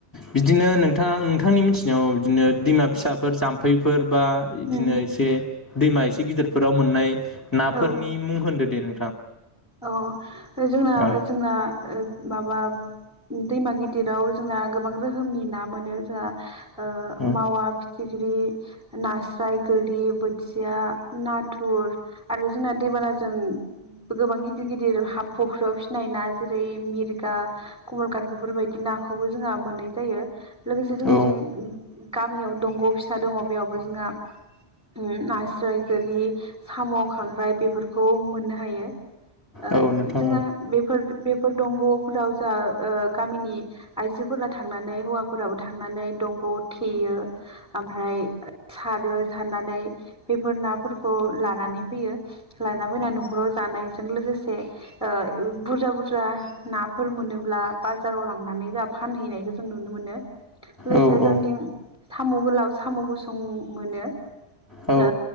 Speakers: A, on the left; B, in the centre.
A: बिदिनो नोंथां नोंथांनि मिथिनायाव बिदिनो दैमा फिसाफोर जाम्फैफोर बा इदिनो
B: उम
A: एसे दैमा एसे गिदिरफोराव मोननाय नाफोरनि
B: औ
A: मुं होनदो देन
B: औ जोंना
A: औ
B: जोंना माबा दैमा गिदिराव जोंना गोबां रोखोमनि ना मोनो जोंहा ओ
A: औ
B: मावा फिथिख्रि, नास्राय, गोरि, बोथिया, नाथुर आरो जोंना दै बाना जों गोबां गिदिर गिदिर हा फख्रियाव फिसिनाय ना जेरै मिरगा, कमलकाट बेफोरबायदि नाखौ खौबो जोंहा मोननाय जायो लोगोसे जोंथिं
A: औ
B: गामियाव दंग फिसा दङ बेयावबो जोंहा उम नास्राय, गोरि, साम, खांख्राइ, बेफोरखौ मोननो हायो। ओ
A: औ नोंथां
B: जोंहा बेफोर बेफोर दंगफोराव जा ओ गामिनि आइजोफोरा थांनानै हौवाफोराबो थांनानै दंग' थेयो ओमफ्राय सारो सारनानै बेफोर नाफोरखौ लानानै फैयो लाना फैनानै नखराव जानाय जों लोगोसे ओ बुरजा बुरजा नाफोर मोनोब्ला बाजाराव लांनानै फानहैनायखौ जों नुनो मोनो। लोगोसे
A: औ
B: जों
A: औ
B: थिं साम' गोलाव, साम' गुसुं मोनो।
A: औ
B: ओ